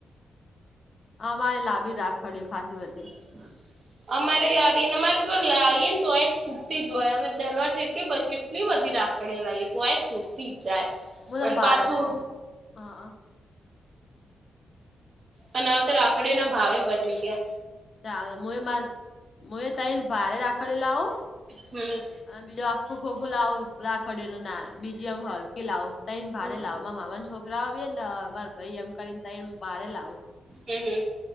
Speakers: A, on the left; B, on the right.
A: અ મારે લાબી રાખડી ખાસી બધી
B: <unintelligible> અમારે લાવીએને અમારે તો લાવીએ ને તો ખૂટતી જ હોય અમે દરવખત એટલ બધી કેટલી બધી રાાખડીઓ લાઈએ તોઇ ખૂટતી જાય.
A: <unintelligible>
B: અને પાછું
A: હા
B: પણ હવે તો રાખડીઓ ના ભાવે વધશે
A: ચાલ મુ મારી તઈ ભારે રાખડી લાવું
B: હમ.
A: બીજું આખું ખોખું લાવું રાખડી ઓનું ના બીજી આ હલકી લાવું તણ ભારે
B: હમ
A: લાવું મારા મામા ના છોકરા બ ને માર ભાઈ એમ કરીને તણ ભારે લાવું
B: હમ હમ